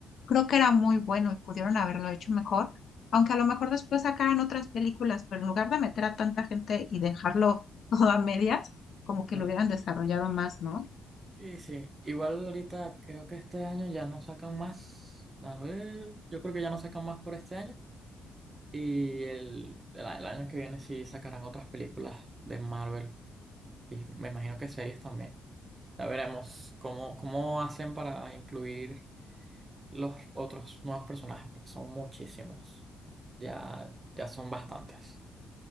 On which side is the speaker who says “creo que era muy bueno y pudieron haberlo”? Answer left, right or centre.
Left